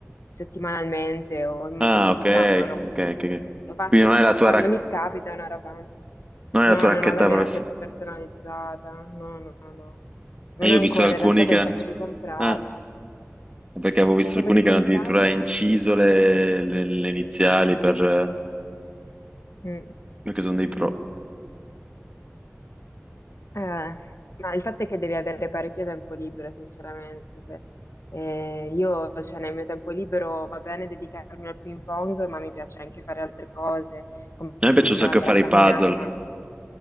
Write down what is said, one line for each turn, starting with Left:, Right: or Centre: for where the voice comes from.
Left: settimanalmente o in modo
Right: Ah,
Left: quotidiano,
Right: ok, ok,
Left: comunque.
Right: ok. ok.
Left: Lo faccio
Right: Quindi non
Left: quando,
Right: è la tua,
Left: quando
Right: rac-
Left: mi capita, è una roba...
Right: non
Left: No,
Right: è la tua racchetta
Left: non ho la mia
Right: professionale.
Left: racchetta personalizzata, no, no, no, no. Non
Right: Eh, io
Left: ancora,
Right: ho visto alcuni
Left: in realtà
Right: che
Left: pensavo
Right: hanno...
Left: di comprarla.
Right: Ah, perché avevo visto
Left: Pensavo
Right: alcuni
Left: di
Right: che
Left: comprarla.
Right: hanno addirittura inciso le, le- le iniziali per...
Left: mm.
Right: perché sono dei pro.
Left: Eh, ma il fatto è che devi avere parecchio tempo libero, sinceramente. Eh, io, cioè, nel mio tempo libero va bene dedicarmi al ping pong, ma mi piace anche fare altre cose, come ti
Right: A me piace
Left: dicevo,
Right: un sacco
Left: andare
Right: fare
Left: a camminare,
Right: i puzzle.
Left: ma